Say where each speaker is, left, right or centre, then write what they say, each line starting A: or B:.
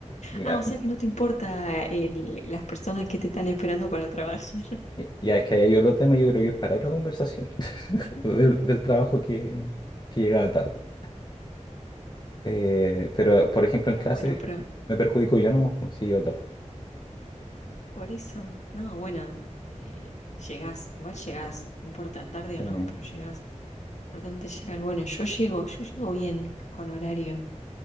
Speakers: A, on the left (about 35°); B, on the left (about 65°).
A: Mira,
B: Ah, o sea que no te importa el, las personas que te están esperando para trabajar. <laughs>
A: y- Ya es que hay otro tema, yo creo que es para otra conversación <laughs> del, del trabajo que, que llegaba tarde. Eh, pero, por ejemplo,
B: No,
A: en clase
B: bueno, pero
A: me perjudico yo nomás, pues, si llego tarde.
B: por eso, no, bueno, eh, llegás, igual llegás, no importa tarde
A: Eh,
B: o no, pero llegás. Importante llegar. Bueno, yo llego, yo llego bien con horario,